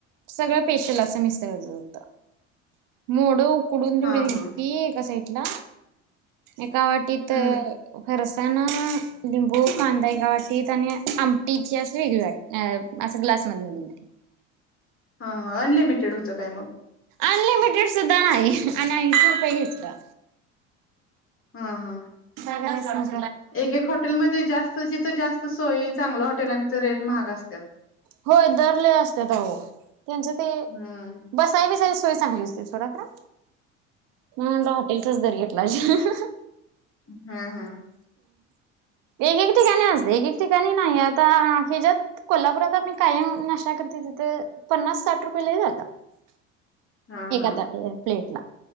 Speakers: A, on the right (about 60°); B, on the left (about 35°).
A: सगळं पेशल असं मिस्सळ होत मोडं कुडून
B: हा
A: <unintelligible>
B: हा
A: ऐका सा ना एका वाटीत
B: हम्म
A: फार अस चना, लिंबू कांदा एका वाटीत आणि आमटीची असं वेगळी वाट, असं ग्लास मदन दिलीत.
B: हां हां अनलिमिटेड होतं काय मग?
A: अनलिमिटेड सुद्धा नाही आणि ऐंशी रुपये घेतलं.
B: हां हां!
A: काय करायचं?
B: एक एक हॉटेलमध्ये जास्त जिथं-जिथं जास्त सोय चांगलं हॉटेलांचं रेट महाग असत्यात.
A: होय दर लय असत्यात अहो त्यांचं ते
B: हम्म!
A: बसाय बिसाय सोय चांगली असते सोडा खरं म्हणलं हॉटेलचाच दर घेतलं माझ्या आ
B: हां हां!
A: एघे ठिकाणी असतंय एक-एक ठिकाणी नाही. आता हेज्यात कोल्हापुरात आम्ही कायम नाष्टा करतोय, तिथं पन्नास-साठ रुपय लई झालं.
B: हा
A: ती एका
B: हा
A: ताट प्लेट ला.